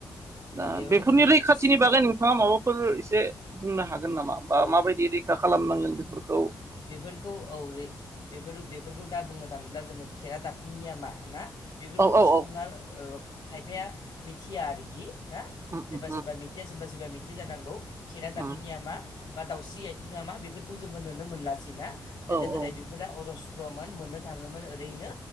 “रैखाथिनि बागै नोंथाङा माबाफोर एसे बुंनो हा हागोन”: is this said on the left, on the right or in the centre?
Right